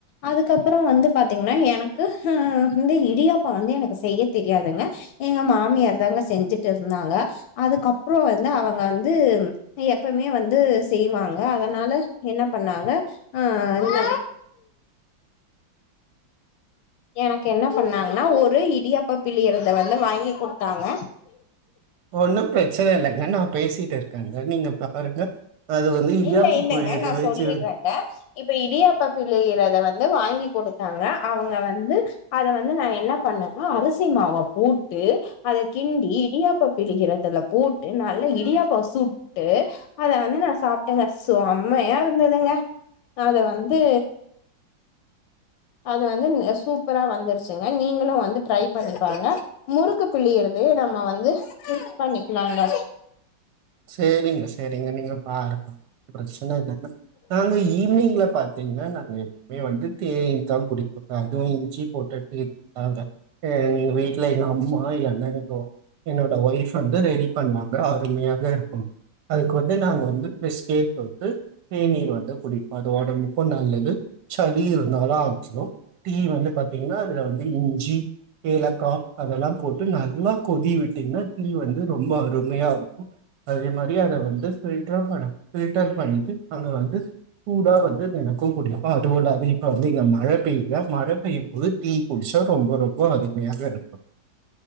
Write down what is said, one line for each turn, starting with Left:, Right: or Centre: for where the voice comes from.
Left: அதுக்கு அப்புறம் வந்து பாத்தீங்ன்னா எனக்கு ஹூ இந்த இடியாப்போ வந்து எனக்கு செய்ய தெரியாதுங்க எங்க மாமியார் தாங்க செஞ்சுட்டு இருந்தாங்க அதுக்கு அப்புறோ வந்து அவங் அவங்க வந்து எப்பவ்மே வந்து செய்வாங்க அதனால என்ன பண்ணாங்க அந்த எனக்கு என்ன பண்ணாங்கன்னா ஒரு இடியப்ப பிளியரத வந்து வாங்கி கொடுத்தாங்க
Right: ஒண்ணூ பிரச்சனை இல்லங்க நான் பேசிட்டு இருக்கேங்க நீங்க பாருங்க அது வந்து இடியாப்பு
Left: இல்ல இல்லங்க
Right: புழியத்தை
Left: நா
Right: வச்சு
Left: சொல்லிற்றேங்க இப்ப இடியாப்பம் பிளியறத வந்து வாங்கி கொடுத்தாங்க அவங்க வந்து அத வந்து நான் என்ன பண்ணுவோ அரிசி மாவ போட்டு அத கிண்டி இடியாப்ப பிளியறதுல போட்டு நல்லா இடியாப்போ சுட்டு அத வந்து நான் சாப் ஏங்க செம்மையா இருந்ததுங்க அத வந்து அது வந்து நீங்க சூப்பரா வந்துருச்சுங்க நீங்களூ வந்து ட்ரை பண்ணிப்பாருங்க முறுக்கு பிழியறது நம்ம வந்து செட் பண்ணிக்கலாங்க
Right: சேரிங்க சரிங்க நீங்க பாருங்க பிரச்சனை இல்ன்னா நாங்க ஈவினிங்ல பாத்தீங்கன்னா நாங்க எப்பவுமே வந்து தேநீர் தா குடிப் அதுவூ இஞ்சி போட்ட டீ தாங்க எங்க வீட்டுல எங்க அம்மா இல்லன்னா எங்கோ என்னோட ஒய்ஃப் வந்து ரெடி பண்ணுவாங்க அருமையாக இருக் அதுக்கு வந்து நாங்க வந்து பெஸ் கேத் கொடுத்து தேநீர் வந்து குடிப்ப அது ஒடம்புக்கு நல்லது சளி இருந்தாலு அழ்ச்சிடு தீ வந்து பாத்தீங்கன்னா அதுல வந்து இஞ்சி ஏலக்கா அதெல்லா போட்டு நல்லா கொதி விட்டீங்கன்னா டீ வந்து ரொம்ப அருமையா இருக்கு அதே மாதிரி அத வந்து பில்டரு பண்ணு பில்டர் பண்ணிட்டு அங்க வந்து சூடா வந்து எனக்கு குடிப்ப அதுவுல்லது இப்ப வந்து இங்க மழ பெய்யல மழ பெய்யும் போது டீ குடிச்சா ரொம்ப ரொம்ப அருமையாக இருக்கு